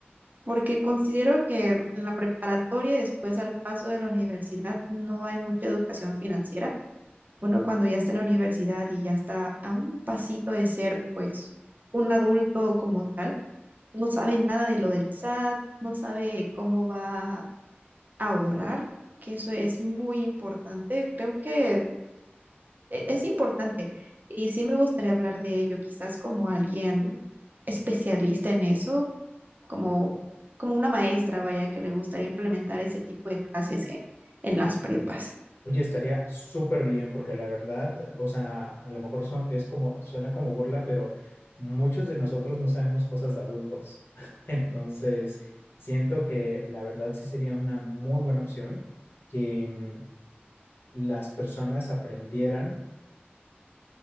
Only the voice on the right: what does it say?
porque considero que en la preparatoria y después al paso de la universidad no hay mucha educación financiera uno cuando ya está en la universidad y ya está a un pasito de ser pues un adulto como tal, no sabe nada de lo del SAT, no sabe cómo va a ahorrar, que eso es muy importante. Creo que e- es importante y sí me gustaría hablar de ello, quizás como alguien especialista en eso, como, como una maestra, vaya, que le gustaría implementar ese tipo de clases en, en las prepas.